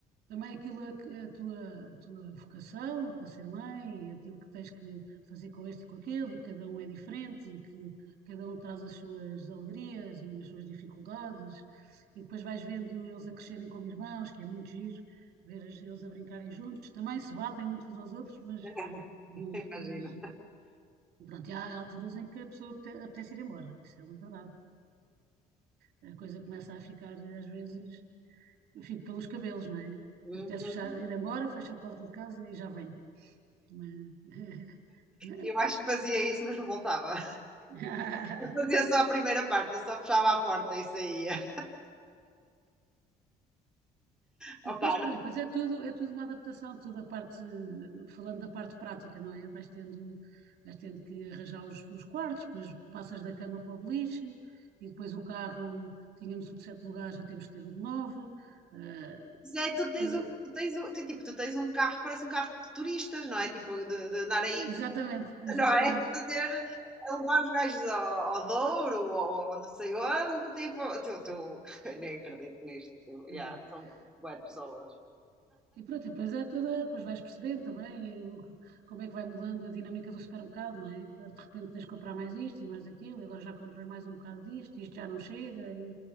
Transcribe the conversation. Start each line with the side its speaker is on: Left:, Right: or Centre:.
Right: também aquilo a, que- a tua, a tua vocação para ser mãe, e aquilo que tens que fazer com este e com aquele, e que cada um é diferente, e que cada um traz as suas alegrias e as suas dificuldades, e depois vais vendo eles a crescerem como irmãos, que é muito giro ver as- eles a brincarem juntos. Também se batem muitos aos outros, mas
Centre: <laughs>
Right: mas,
Centre: Imagina.
Right: mas pronto, e há alturas em que a pessoa apete- apetece ir embora, isso é uma verdade. Eh, A coisa começa a ficar, eh, às vezes, eu fico pelos cabelos, não é?
Centre: Uhum.
Right: Apetece fechar, ir embora, fecho a porta de casa e já venho. Mas- <laughs> mas-
Centre: Eu acho que fazia isso, mas não voltava.
Right: <laughs>
Centre: Eu fazia só a primeira parte, eu só fechava a porta e saía. Opa,
Right: E depois,
Centre: não.
Right: olha, pois é tudo, é tudo uma adaptação, tudo a parte, falando da parte prática, não é? Vais tendo, vais tendo que arranjar os, os quartos, depois passas da cama para o beliche, e depois o carro, tínhamos o de sete lugares, já temos que ter o de nove. eh,
Centre: Mas é, tu tens
Right: toda-
Centre: um, tu tens um, tu, tipo, tu tens um carro, parece um carro de turistas, não é? Tipo, de, de andar aí
Right: exatamente, exatamente.
Centre: não é? <laughs> Fazer, a levar os gajos ao, ao Douro ou ao não sei onde, tipo, eu tu, <laughs> eu nem acredito nisto, tipo, yeah,
Right: <laughs>
Centre: são boas pessoas.
Right: E pronto, e depois é toda, depois vais percebendo também o que- como é que vai mudando a dinâmica do supermercado, não é? Agora de repente tens que comprar mais isto e mais aquilo, e agora já compras mais um bocado disto, e isto já não chega,